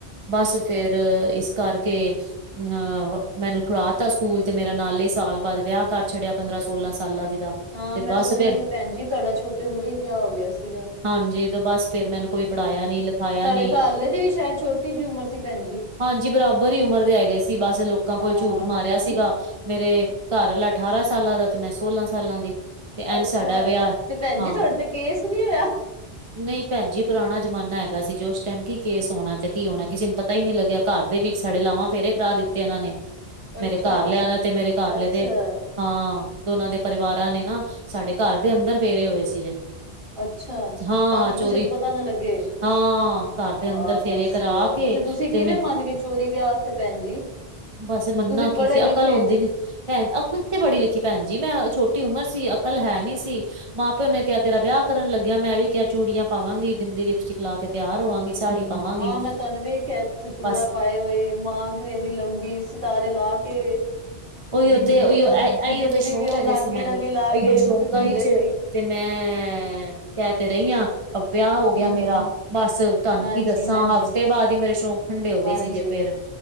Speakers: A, on the right (about 35°); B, on the right (about 55°).
A: ਬਸ ਫੇਰ ਇਸ ਕਰਕੇ। ਅ ਮੈਨੂੰ ਛੁੜਾ ਤਾ ਸਕੂਲ ਤੇ ਮੇਰਾ ਨਾਲੇ ਹੀ ਸਾਲ ਬਾਅਦ ਵਿਆਹ ਕਰ ਛੱਡਿਆ, ਪੰਦਰਾਂ ਸੋਲਾਂ ਸਾਲਾਂ ਦੀ ਦਾ।
B: ਹਾਂ
A: ਤੇ
B: ਮੈਂ
A: ਬਸ
B: ਸੁਣਿਆ
A: ਫੇਰ
B: ਸੀ, ਭੈਣ ਜੀ ਤੁਹਾਡਾ ਛੋਟੀ ਉਮਰ ਹੀ ਵਿਆਹ ਹੋ ਗਿਆ ਸੀਗਾ।
A: ਹਾਂਜੀ ਤੇ ਬਸ ਫੇਰ ਮੈਨੂੰ ਕੋਈ ਪੜ੍ਹਾਇਆ
B: ਹਾਂ
A: ਨੀ ਲਿਖਾਇਆ
B: ਤੁਹਾਡੇ
A: ਨੀ
B: ਘਰਆਲੇ ਦੀ ਵੀ ਸ਼ਾਇਦ, ਛੋਟੀ ਜਿਹੀ ਉਮਰ ਸੀ ਭੈਣਜੀ।
A: ਹਾਂਜੀ ਬਰਾਬਰ ਹੀ ਉਮਰ ਦੇ ਹੈਗੇ ਏ ਸੀ, ਬਸ ਲੋਕਾਂ
B: ਹਾਂ
A: ਕੋਲ ਝੂਠ ਮਾਰਿਆ
B: ਹਾਂ
A: ਸੀਗਾ। ਮੇਰੇ ਘਰ ਆਲਾ ਅਠਾਰਾਂ ਸਾਲਾਂ ਦਾ ਤੇ, ਮੈਂ ਸੋਲਾਂ ਸਾਲਾਂ ਦੀ। ਤੇ ਇੰਝ
B: ਅੱਛਾ,
A: ਸਾਡਾ ਵਿਆਹ
B: ਤੇ ਭੈਣ
A: ਹਾਂ
B: ਜੀ ਤੁਹਾਡੇ ਤੇ ਕੇਸ ਨੀ ਹੋਇਆ।
A: ਨਹੀਂ ਭੈਣ ਜੀ ਪੁਰਾਣਾ ਜਮਾਨਾ ਹੈਗਾ ਸੀ, ਜੋ ਉਸ ਟਾਈਮ ਕੀ। ਕੇਸ ਹੋਣਾ ਤੇ ਕੀ ਹੋਣਾ, ਕਿਸੇ ਨੂੰ ਪਤਾ ਹੀ ਨੀ ਲੱਗਿਆ ਘਰ ਦੇ ਵਿੱਚ ਸਾਡੇ ਲਾਵਾਂ ਫੇਰੇ ਕਰਾ ਦਿੱਤੇ ਇਹਨਾਂ ਨੇ।
B: ਅੱਛਾ
A: ਮੇਰੇ ਘਰ ਲਿਆਂਨਾ ਤੇ ਮੇਰੇ ਘਰਆਲੇ
B: ਅੱਛਾ
A: ਦੇ। ਹਾਂ ਦੋਨਾਂ ਦੇ ਪਰਿਵਾਰਾਂ ਨੇ ਨਾ ਸਾਡੇ ਘਰ ਦੇ ਅੰਦਰ ਫੇਰੇ ਹੋਏ ਸੀ ਜੇ।
B: ਅੱਛਾ
A: ਹਾਂ
B: ਤਾਂ ਕਿ
A: ਚੋਰੀ
B: ਕਿਸੇ ਨੂੰ ਪਤਾ ਨਾ ਲੱਗੇ।
A: ਹਾਂ ਘਰ ਦੇ
B: ਆਹ
A: ਅੰਦਰ ਫੇਰੇ
B: ਦੱਸ
A: ਕਰਾ ਕੇ
B: ਤੇ ਤੁਸੀਂ ਕਿਵੇਂ
A: ਮੈਂ
B: ਮਨ ਗਏ, ਚੋਰੀ ਵਿਆਹ ਵਾਸਤੇ ਭੈਣ ਜੀ।
A: ਬਸ ਮੰਨਣਾ
B: ਤੁਸੀਂ
A: ਕੀ
B: ਪੜ੍ਹੇ
A: ਸੀ
B: ਲਿਖੇ
A: ਅਕਲ ਹੁੰਦੀ ਨੀ। ਭੈਣ ਅਕਲ ਤੇ ਪੜ੍ਹੀ ਲਿਖੀ ਭੈਣ ਜੀ, ਮੈਂ ਛੋਟੀ ਉਮਰ ਸੀ ਅਕਲ ਹੈ ਨੀ ਸੀ। ਮਾਂ ਪਿਓ ਨੇ ਕਿਹਾ ਤੇਰਾ ਵਿਆਹ ਕਰਨ ਲਗੇ ਆ, ਮੈਂ ਵੀ ਕਿਹਾ ਚੂੜੀਆਂ ਪਾਵਾਂਗੀ, ਬਿੰਦੀ ਲਿਪਸਟਿਕ ਲਾ ਕੇ ਤਿਆਰ ਹੋਵਾਂਗੀ ਸਾੜੀ। ਪਾਵਾਂਗੀ
B: ਹਾਂ ਮੈਂ ਤੁਹਾਨੂੰ ਵੇਖਿਆ ਚੂੜਾ
A: ਬਸ
B: ਪਾਏ ਹੋਏ। ਮਾਂਗ ਵੀ ਇਨੀ ਲੰਬੀ ਸਿਤਾਰੇ ਲਾ ਕੇ।
A: ਉਹੀਓ
B: ਬਿੰਦੀ
A: ਤੇ ਉਹੀਓ
B: ਵੀ ਉਹ
A: ਇਹੀਓ
B: ਬਿੰਦੀ
A: ਤੇ ਸ਼ੌਕ
B: ਵੀ, ਉਹ
A: ਹੈਗੇ
B: ਨਾਗਣ
A: ਸੀ ਮੈਨੂੰ
B: ਆਲੀ ਲਾ
A: ਇਹੀਓ
B: ਕੇ
A: ਸ਼ੌਕਾਂ
B: ਤੁਸੀਂ ਘੁੰਮਦੇ
A: ਵਿੱਚ
B: ਸੀ।
A: ਤੇ ਮੈਂ ਕਹਿ ਤੇ ਰਹੀ ਹਾਂ ਆ ਵਿਆਹ ਹੋ ਗਿਆ
B: ਹੂੰ
A: ਮੇਰਾ। ਬਸ ਤੁਹਾਨੂੰ
B: ਹਾਂਜੀ
A: ਕੀ ਦੱਸਾਂ,
B: ਹਾਂਜੀ
A: ਹਫ਼ਤੇ ਬਾਅਦ ਹੀ ਮੇਰੇ ਸ਼ੌਕ ਠੰਡੇ ਹੋ
B: ਹਾਂਜੀ
A: ਗਏ ਸੀ ਜੇ ਫੇਰ।